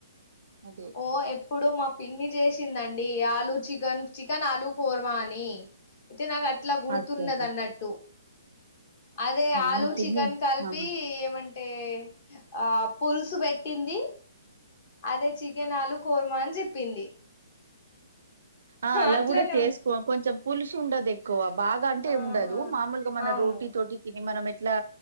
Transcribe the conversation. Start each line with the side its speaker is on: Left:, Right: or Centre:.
Right: అదే
Left: ఓ ఇప్పుడు మా పిన్ని చేసిందండి ఆలు చికెన్ చికెన్ ఆలు కుర్మా అని అయితే నాకు అట్లా గుర్తున్నది
Right: అచ్చ అచ్చ
Left: అన్నట్టు అదే ఆలు
Right: మీ పిన్ని
Left: చికెన్ కలిపి
Right: ఆహా
Left: ఏమంట అంటే ఆ పులుసు పెట్టింది అదే చికెనాలు కుర్మన్ చెప్పింది
Right: ఆ అలా
Left: అట్లనే
Right: కూడా చేసుకో
Left: ఉ
Right: కొంచెం పులుసు ఉండదు ఎక్కువ బాగా అంటే
Left: ఆహా
Right: ఉండదు మామూలుగా మనం
Left: అవును
Right: రోటీ తోటి తిని మనం ఎట్లా